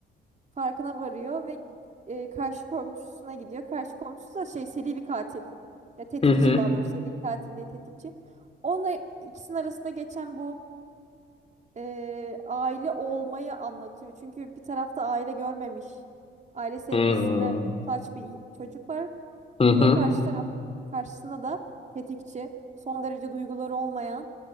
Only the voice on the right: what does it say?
farkına varıyor ve e, karşı komşusuna gidiyor. Karşı komşusu da şey seri bir katil. Ya tetikçi
daha doğrusu seri katil değil tetikçi. Onunla ikisinin arasında geçen bu e, aile olmayı anlatıyor. Çünkü bir tarafta aile görmemiş, aile sevgisine
muhtaç bir çocuk var.
Bir de karşı taraf karşısında da tetikçi, son derece duyguları olmayan